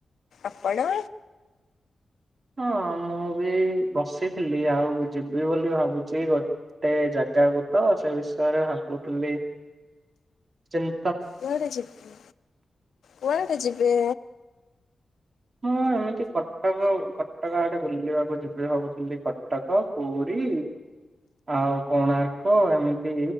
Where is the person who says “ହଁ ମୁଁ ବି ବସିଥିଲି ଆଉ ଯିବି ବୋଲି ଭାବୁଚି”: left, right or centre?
Right